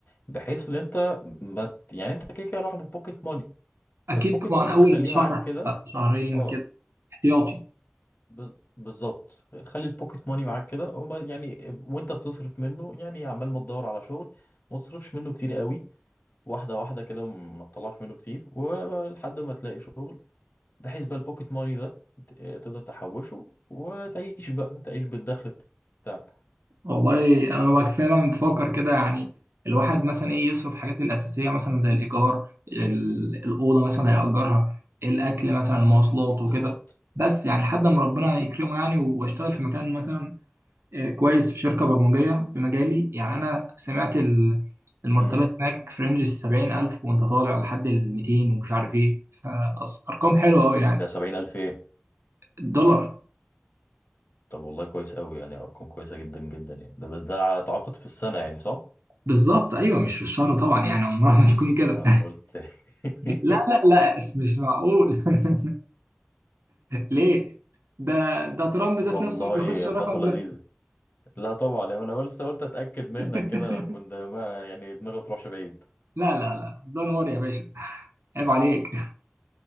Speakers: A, on the left (about 50°); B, on the right (about 80°).
A: بحيث ان انت ما ت- يعني انت كده كده رايح ببوكيت ماني
B: اكيد
A: فالبوكيت
B: طبعا
A: ماني
B: اول
A: ده خليه
B: شهر
A: معاك كده
B: حتى شهرين
A: اه
B: كده احتياطي
A: ب- بالظبط خلي البوكيت ماني معاك كده وما- يعني وانت بتصرف منه يعني عمال ما تدور على شغل ما تصرفش منه كتير قوي واحده واحده كده ما تطلعش منه كتير ولحد ما تلاقي شغل بحيث بقى البوكيت ماني ده ت- تقدر تحوشه وتعيش بقى تعيش بالدخل بتاعك
B: والله انا ببقى فعلا بفكر كده يعني الواحد مثلا ايه يصرف الحاجات الاساسيه مثلا زي الايجار ال- الاوضه مثلا هيأجرها الاكل مثلا المواصلات وكده
A: بالظبط
B: بس يعني لحد ما ربنا يكرمه يعني واشتغل في مكان مثلا آه، كويس في شركه برمجيه في مجالي يعني انا سمعت ال- المرتبات
A: امم
B: هناك في رينج السبعين الف وانت طالع لحد الميتين ومش عارف ايه فارقام حلوه قوي يعني
A: ده سبعين ألف ايه
B: الدولار
A: طب والله كويس قوي يعني أرقام كويسة جدا جدا يعني ده بس ده تعاقد في السنة يعني صح؟
B: بالظبط ايوه مش في الشهر طبعا يعني عمرها ما تكون كده
A: وأنا قلت <laughs>
B: لا لا لا مش معقول <laughs> ليه ده ده ترامب ذات
A: والله
B: نفسه ما بياخدش الرقم
A: خطوة
B: ده
A: لذيذة لا طبعا يعني انا لسه قلت اتاكد منك
B: <laughs>
A: كده لو كنت ما يعني دماغي ما تروحش بعيد
B: لا لا لا دون وري يا باشا عيب عليك